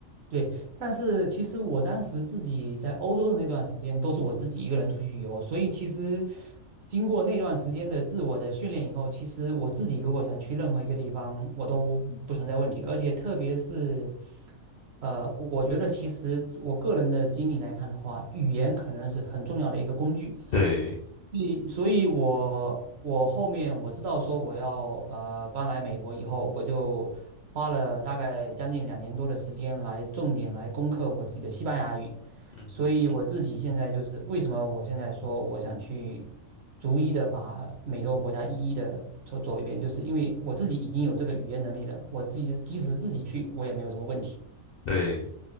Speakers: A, on the right; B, on the left.
A: 对，但是其实我当时自己在欧洲的那段时间，都是我自己一个人出去游，所以其实经过那段时间的自我的训练以后，其实我自己如果想去任何一个地方，我都不存在问题，而且特别是，呃，我觉得其实我个人的经历来看的话，语言可能是很重要的一个工具。
B: 对，
A: 所以，所以我我后面我知道说我要呃搬来美国以后，我就花了大概将近两年多的时间来重点来攻克我自己的西班牙语，
B: 嗯哼，
A: 所以我自己现在就是为什么我现在说我想去逐一的把美洲国家一一的走走一遍，就是因为我自己已经有这个语言能力了，我自己即使自己去我也没有什么问题。
B: 对